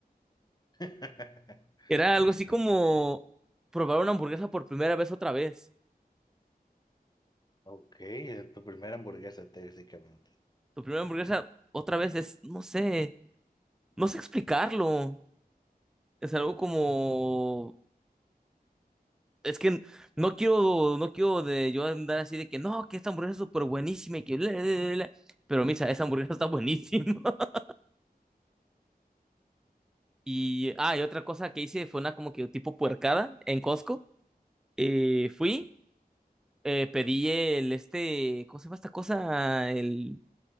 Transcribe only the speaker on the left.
<laughs>
Ok, es tu primera hamburguesa, técnicamente.